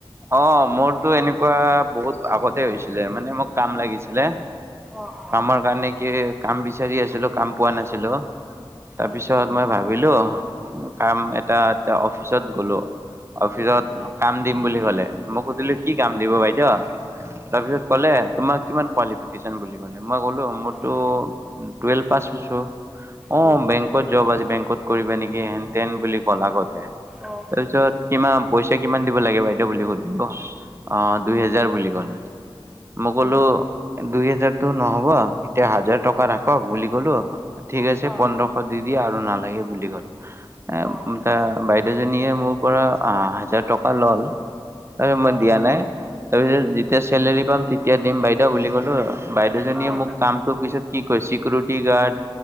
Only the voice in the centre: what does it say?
অঁ অঁ
অঁ অঁ
আচ্ছা
অঁ
হয় নেকি
অঁ
অঁ
অঁ
অঁ
অঁ